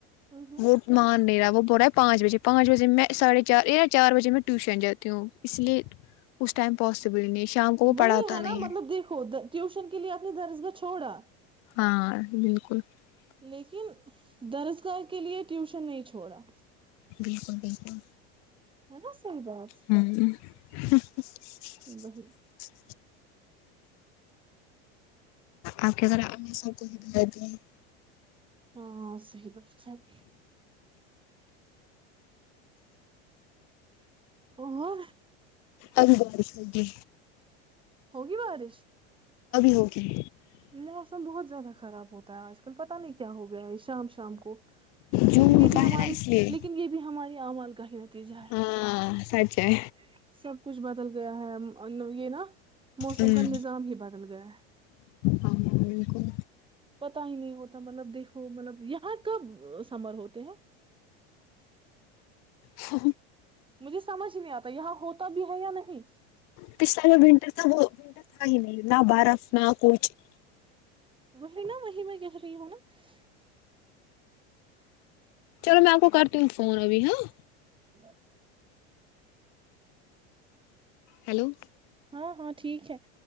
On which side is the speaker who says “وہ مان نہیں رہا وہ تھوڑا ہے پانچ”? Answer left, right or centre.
Left